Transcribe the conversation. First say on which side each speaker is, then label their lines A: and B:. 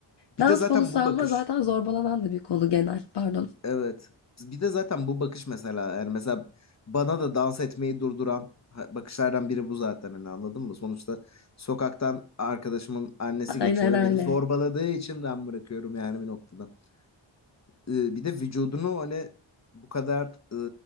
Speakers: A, on the left; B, on the left.
A: Bir
B: Dans
A: de zaten
B: konusu
A: bu
B: ama
A: bakış
B: zaten zorbalanan da bir konu genel. Pardon.
A: evet. Bir de zaten bu bakış mesela yani mesela bana da dans etmeyi durduran ha- bakışlardan biri bu zaten hani anladın mı? Sonuçta sokaktan arkadaşımın annesi
B: Aynen
A: geçiyor ve
B: öyle.
A: beni zorbaladığı için ben bırakıyorum yani bir noktada. Ee, bir de vücudunu hani bu kadar e,